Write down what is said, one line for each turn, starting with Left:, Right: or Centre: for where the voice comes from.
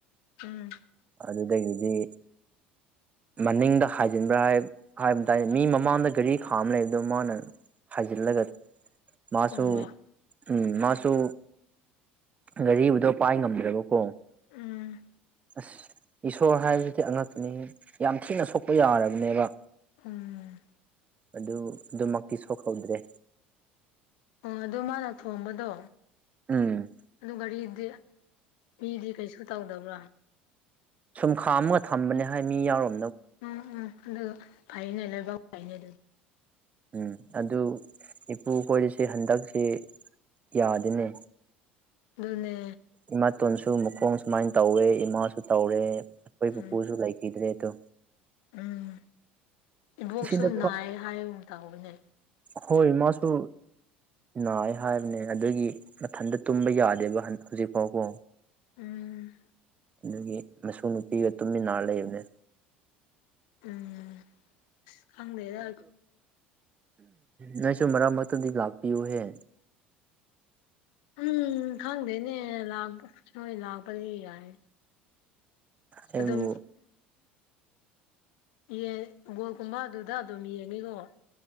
Left: ꯎꯝ
Right: ꯑꯗꯨꯗꯒꯤꯗꯤ ꯃꯅꯤꯡꯗ ꯍꯥꯏꯖꯤꯟꯕ꯭ꯔꯥ ꯍꯥꯏ ꯍꯥꯏꯕ ꯇꯥꯏ ꯃꯤ ꯃꯃꯥꯡꯗ ꯒꯥꯔꯤ ꯈꯥ ꯑꯃ ꯂꯩꯕꯗꯣ ꯃꯥꯅ ꯍꯥꯏꯖꯤꯜꯂꯒ ꯃꯥꯁꯨ
Left: ꯊꯣꯡꯕ
Right: ꯎꯝ ꯃꯥꯁꯨ ꯒꯥꯔꯤꯕꯨꯗꯣ ꯄꯥꯏ ꯉꯝꯗ꯭ꯔꯕꯀꯣ
Left: ꯎꯝ
Right: ꯑꯁ ꯏꯁꯣꯔ ꯍꯥꯏꯕꯁꯤꯗꯤ ꯑꯉꯛꯅꯤ ꯌꯥꯝ ꯊꯤꯅ ꯁꯣꯛꯄ ꯌꯥꯔꯕꯅꯦꯕ
Left: ꯎꯝ
Right: ꯑꯗꯨ ꯑꯗꯨꯃꯛꯇꯤ ꯁꯣꯛꯍꯧꯗ꯭ꯔꯦ
Left: ꯑꯣ ꯑꯗꯨ ꯃꯥꯅ ꯊꯣꯡꯝꯕꯗꯣ
Right: ꯎꯝ
Left: ꯑꯗꯨ ꯒꯥꯔꯤꯗꯤ ꯃꯤꯗꯤ ꯀꯩꯁꯨ ꯇꯧꯗꯕ꯭ꯔꯥ
Right: ꯁꯨꯝꯈꯥ ꯑꯃꯒ ꯊꯝꯕꯅꯦ ꯍꯥꯏ ꯃꯤ ꯌꯥꯎꯔꯛ
Left: ꯎꯝ ꯎꯝ ꯑꯗꯨꯗ ꯐꯥꯏꯩꯅꯂ ꯏꯕ ꯐꯩꯅ
Right: ꯎꯝ ꯑꯗꯨ ꯏꯄꯨ ꯀꯣꯏꯔꯤꯁꯤꯦ ꯍꯟꯗꯛꯁꯤ ꯌꯥꯗꯅꯦ
Left: ꯑꯗꯨꯅꯦ
Right: ꯏꯃꯥꯇꯣꯟꯁꯨ ꯃꯈꯣꯡ ꯁꯨꯃꯥꯏꯅ ꯇꯧꯋꯦ ꯏꯃꯥꯁꯨ ꯇꯧꯔꯦ ꯑꯩꯈꯣꯏ
Left: ꯎꯝ
Right: ꯄꯄꯨꯁꯨ ꯂꯥꯏ ꯀꯗ꯭ꯔꯦ ꯇ
Left: ꯎꯝ ꯏꯕꯣꯛꯁꯨ
Right: ꯁꯤꯗ
Left: ꯅꯥꯏ ꯍꯥꯏ ꯇꯥꯎꯕꯅꯦ
Right: ꯍꯣꯏ ꯃꯥꯁꯨ ꯅꯥꯏ ꯍꯥꯏꯕꯅꯦ ꯑꯗꯨꯒꯤ ꯃꯊꯟꯇ ꯇꯨꯝꯕ ꯌꯥꯗꯦꯕ ꯍꯧꯖꯤꯛ ꯐꯥꯎꯕꯣ
Left: ꯎꯝ
Right: ꯑꯗꯨꯒꯤ ꯃꯁꯨ ꯅꯨꯄꯤꯒ ꯇꯨꯃꯤꯟꯅꯔ ꯂꯩꯕꯅꯦ
Left: ꯎꯝ ꯈꯪꯗꯗ
Right: ꯅꯪꯁꯨ ꯃꯔꯛ ꯃꯔꯛꯇꯗꯤ ꯂꯥꯛꯄꯤꯌꯨꯍꯦ
Left: ꯎꯝ ꯈꯪꯗꯦꯅꯦ ꯁꯣꯏ ꯂꯥꯛꯄꯗꯤ ꯌꯥꯔꯅꯤ
Right: ꯑꯩꯕꯨ
Left: ꯑꯗꯨꯝ ꯌꯦ ꯕꯣꯜ ꯀꯨꯝꯕ ꯑꯗꯨꯗ ꯑꯗꯨꯝ ꯌꯦꯡꯉꯤꯀꯣ